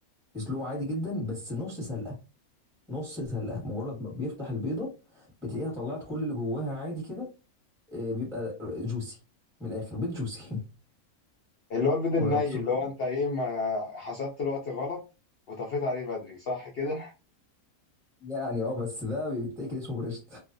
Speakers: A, in the centre; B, on the left (about 60°).
A: يسلقه عادي جدا بس نص سلقه نص سلقه مجرد ما بيفتح البيضه بتلاقيها طلعت كل اللي جواها عادي كده آه، بيبقى جوسي من الاخر بيض جوسي
B: اللي
A: <laughs>
B: هو البيض الني
A: ما جربتش
B: اللي
A: قبل
B: هو
A: كده؟
B: انت ايه ما حسبت الوقت غلط وطفيت عليه بدري صح كده
A: يعني اه بس ده بيتاكل اسمه بريشت